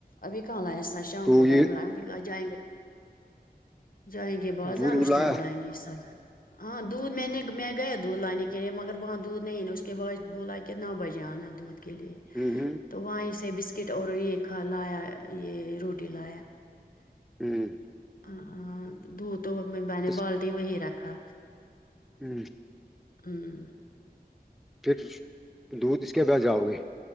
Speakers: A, on the left (about 60°); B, in the centre.
A: ابھی کہاں ایسا شام
B: تو
A: کو
B: یہ
A: ٹائم بلا جائیں گے جائیں گے بازار
B: دودھ
A: اس
B: بلایا
A: ٹائم لائیں گے اس ہاں دودھ میں نے میں گیا دودھ لانے کے لیے مگر وہاں دودھ نہیں نے اس کے بعد بولا کہ کتنا بجے آنا دودھ کے لیے
B: ہوں ہوں
A: تو وہاں اس سے بسکٹ اور یہ کھا لایا یہ روٹی لایا
B: ہوں
A: ہاں دود تو میں نے
B: اس
A: بالٹی وہی رکھا
B: ہوں
A: ہوں
B: پھر دودھ اس کے ب جاؤ گے